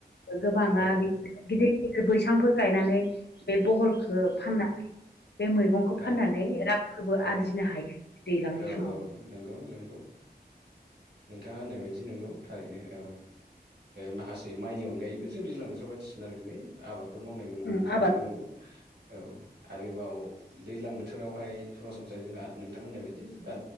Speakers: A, on the left (about 80°); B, on the right (about 80°).
A: गोबाङा
B: औ
A: बिदिनो गिदिर -गिदिर बैसांफोर गायनानै बे बहलखौ फाननानै बे मैगंखौ
B: औ
A: फाननानै रांफोरबो
B: -औ
A: आरजिनो हायो दैज्लांनि
B: -औ
A: समाव
B: -औ नंगौ -नंगौ नोंथाङा होननाय बायदि नंगौ थारैनो औ माखासे माइनि अनगायैबो जों दैज्लां बोथोराव बायदिसिना रोखोमै आबार बेफोर मावनाय नुनो मोनो
A: उम
B: थारैनो
A: आबाद
B: नंगौ औ आरोबाव दैज्लां बोथोरावहाय सरासनस्राय जोंहा नोंथां होननाय बायदि जोंहा